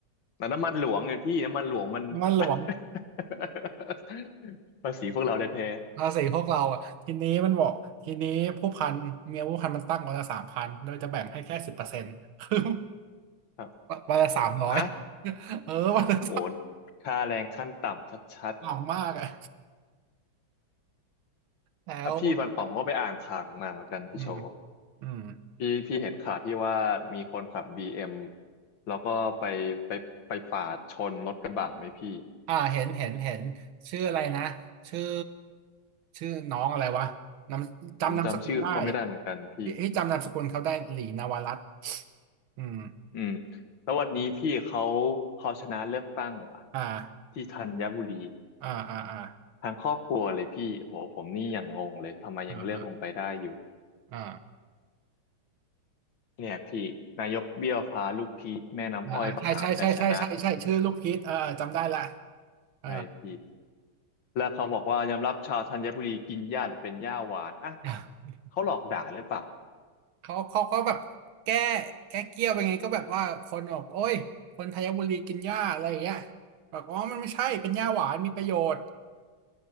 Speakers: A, on the left; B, on the right.
A: แล้วน้ำมันหลวงไงพี่น้ำมันหลวงมัน
B: มันหลวง
A: <laughs> ภาษีพวกเราแท้
B: ภาษีพวกเราอ่ะทีนี้มันบอกทีนี้ผู้พันเมียผู้พันมันตั้งวันละสามพันโดยจะแบ่งให้แค่สิบเปอร์เซ็นต์ <laughs> คือ
A: ๆครับ
B: วันละสามร้อย
A: โอ้ฮะ
B: เออวันละ
A: โอ้ค่าแรงขั้นต่ำชัด
B: หล่ำมากอ่ะ
A: ๆอ่ะพี่วันก่อนผมก็ไปอ่านข่าวหนึ่งมาเหมือนกันพี่โชว์
B: แล้วอืมอืม
A: พี่พี่เห็นข่าวที่ว่ามีคนขับบีเอ็มแล้วก็ไปไปไปปาดชนรถกระบะไหมพี่
B: อ่าเห็นเห็นเห็นชื่ออะไรนะชื่อชื่อน้องอะไรวะนามจำนามสกุลได้
A: ผมจำชื่อเขาไม่ได้เหมือนกันพี่
B: ที่ที่จำนามสกุลเขาได้หลีนวรัตน์อืม
A: อืมแล้ววันนี้พี่เขาเขาชนะเลือกตั้งว่ะ
B: อ่า
A: ที่ธัญบุรี
B: อ่าอ่าอ่า
A: ทางครอบครัวเลยพี่โหผมนี่ยังงงเลยทำไมยังเลือกลงไปได้อยู่
B: อ่าอ่า
A: เนี่ยพี่นายกเบี้ยวพาลูกพีชแม่น้ำอ้อยประกาศชัยชนะ
B: อ่าอ่าอ่าใช่ใช่ใช่ใช่ใช่ใช่ชื่อลูกพีชเออเออจำได้ละเอ
A: ไอ้พี่แล้วเขาบอกว่ายอมรับชาวธัญบุรีกินหญ้าหรือเป็นหญ้าหวานอ่ะ
B: อ
A: เขาหลอกด่าหรือเปล่า
B: เขาเขาก็แบบแก้แก้เกี้ยวไปไงก็แบบว่าคนบอกโอ้ยคนไทยบุรีกินหญ้าอะไรอย่างเงี้ยบอกอ๋อมันไม่ใช่เป็นหญ้าหวานมีประโยชน์